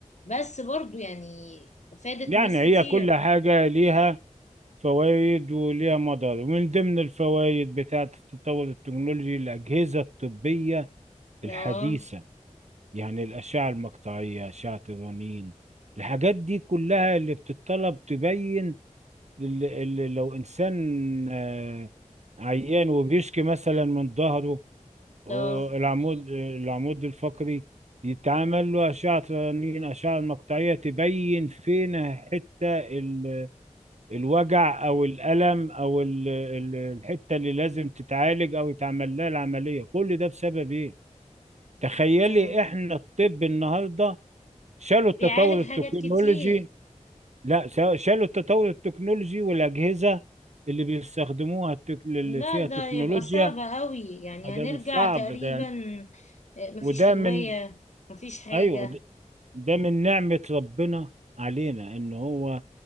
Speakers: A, on the left; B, on the right.
A: بس برضو يعني فادت
B: يعني
A: ناس
B: هي
A: كتير
B: كل حاجة ليها فوائد وليها مضار ومن ضمن الفوائد بتاعة التطور التكنولوجي الأجهزة الطبية الحديثة
A: اه
B: يعني الأشعة المقطعية أشعة الرنين الحاجات دي كلها اللي بتطلب تبين ال- ال- لو إنسان آه، عيان وبيشكي مثلا من ظهره
A: ده
B: آه، العمود آه، العمود الفقري يتعمل له أشعة رنين أشعة مقطعية تبين فين حتة ال- الوجع أو الألم أو ال- ال- الحتة اللي لازم تتعالج أو يتعمل لها العملية كل ده بسبب إيه؟ تخيلي
A: تمام
B: احنا الطب النهارده شالوا التطور
A: بيعالج
B: التكنولوجي
A: حاجات كتير
B: لا شا- شالوا التطور التكنولوجي والأجهزة اللي بيستخدموها التك... اللي
A: لا
B: فيها
A: ده
B: تكنولوجيا
A: يبقى صعب قوي يعني
B: فده
A: هنرجع
B: من صعب
A: تقريبا
B: ده يعني
A: آه، مفيش
B: وده
A: أدوية
B: من
A: مفيش حاجة
B: أيوه ده ده من نعمة ربنا علينا إن هو